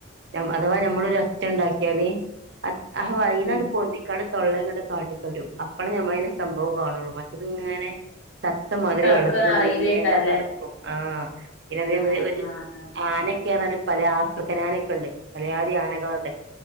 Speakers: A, on the right; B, on the left.
A: യേം അഥവാ ഞമ്മളൊരു ഒച്ചണ്ടാക്കിയാല് അ അഹ വൈന്ട്ട്
B: ഉം
A: പൊന്തിക്കാട് തൊള്ളങ്ങളടെ കാട്ടിത്തൊരും അപ്പഴേ ഞമ്മൾ അതിനെ സംഭവം കാണുള്ളൂ. മ ഇത് ങ്ങന്നെ. ചത്തമാതിരി
B: കെടക്കാൻ
A: വെള്ളത്തില്
B: അറിയില്ലേക്കാരല്ലേ
A: ങ്ങനെ കെടക്കും ആഹ് പിന്നെ അതേ
B: ആഹ്
A: മാതിരി ഒര്
B: ആഹ് ആഹ്
A: ആനെക്കെ റ്ഞാല് പല ആഫ്രിക്കനാ നൊക്ക ണ്ട് പലയാതി ആനകളൊക്കെ ണ്ട്